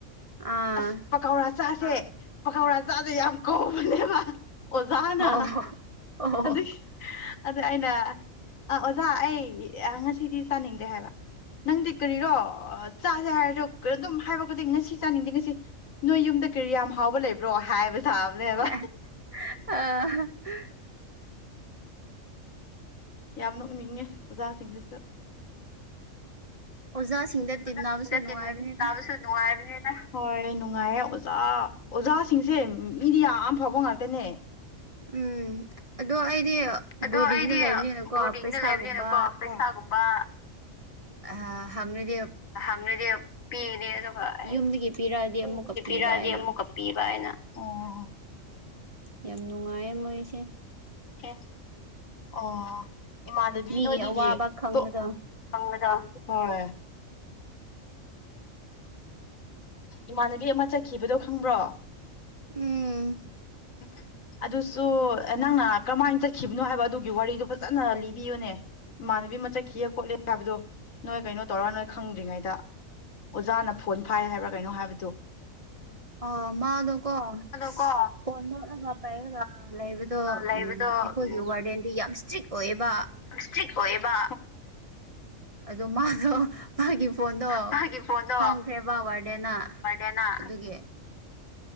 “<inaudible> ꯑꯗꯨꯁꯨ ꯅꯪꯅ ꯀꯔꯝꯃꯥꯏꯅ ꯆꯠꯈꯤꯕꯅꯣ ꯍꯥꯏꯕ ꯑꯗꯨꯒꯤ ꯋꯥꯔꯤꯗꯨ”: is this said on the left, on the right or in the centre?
Left